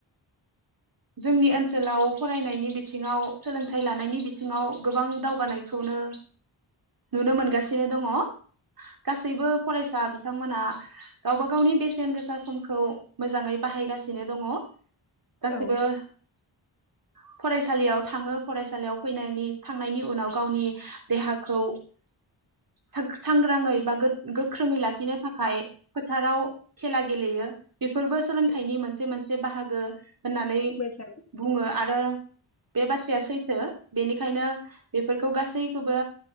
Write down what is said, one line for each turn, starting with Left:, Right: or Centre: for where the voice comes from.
Right: जोंनि ओनसोलाव फरायनायनि बिथिङाव सोलोंथाइ लानायनि बिथिङाव गोबां दावगानायखौनो नुनो मोनगासिनो दङ गासैबो फरायसा बिथांमोना गावबा गावनि बेसेन गोसा समखौ मोजाङै बाहायगासिनो दङ <unintelligible>
Left: औ
Right: फरायसालियाव थाङो फरायसालियाव फैनायनि थांनायनि उनाव गावनि देहाखौ सांग्राङै बा गोख्रोङै लाखिनो थाखाय फोथाराव खेला गेलेयो बेफोरबो सोलोंथाइनि
Left: थिग
Right: मोनसे मोनसे बाहागो होननानै
Left: मोजां
Right: बुङो आरो आरो बे बाथ्राया सैथो बेनिखायनो बेफोरखौ गासैखौबो